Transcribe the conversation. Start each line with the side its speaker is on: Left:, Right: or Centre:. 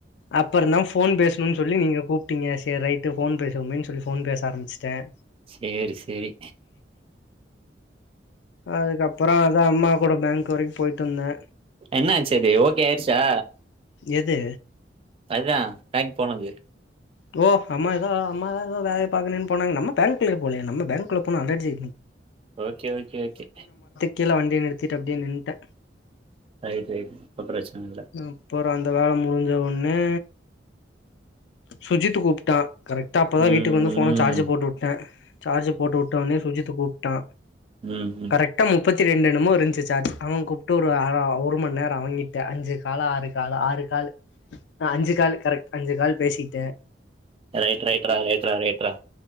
Left: அப்புறந்தா போன் பேசணும்னு சொல்லி நீங்க கூப்பிட்டீங்க சரி ரைட்டு போன் பேசுவமேன்னு சொல்லி போன் பேச ஆரம்பிச்சுட்டேன்
Right: சேரி சேரி
Left: அதுக்கப்புற அதா அம்மா கூட பேங்க் வரைக்கு போய்ட்டு வந்தே
Right: என்னாச்சு அது ஓகே ஆயிருச்சா
Left: எது
Right: அதா பேங்க் போனது
Left: போ அம்மா தா அம்மாதா ஏதோ வேலைய பாக்கன்னு போனாங்க நம்ம பேங்குள்ளயே போகலையே நம்ம பேங்குள்ள போனா அல்ர்ஜி
Right: ஓகே ஓகே ஓகே
Left: கீழ வண்டி நிறுத்திட்டு அப்டியே நின்டே
Right: ரைட் ரைட் இப்ப பிரச்சன இல்ல
Left: அப்புற அந்த வேல முடிஞ்ச உடனே சுஜித் கூப்ட்டா கரெக்ட்டா அப்பதா
Right: ம்
Left: வீட்டுக்கு வந்து போன சார்ஜ் போட்டு விட்டே சார்ஜ் போட்டு வுட்டோனே சுஜித்து கூப்ட்டா
Right: ம்ம்
Left: கரெக்டா முப்பத்தி ரெண்டு என்னமோ இருந்ச்சு சார்ஜ அவன் கூப்பிட்டு ஒரு ஒரு மண்நேர அவங்கிட்ட அஞ்சு காலு ஆறு காலு ஆறு காலு அஞ்சு கால் கரெக்ட் அஞ்சு கால் பேசிட்டே
Right: ரைட் ரைட் ரைட்ரா ரைட்ரா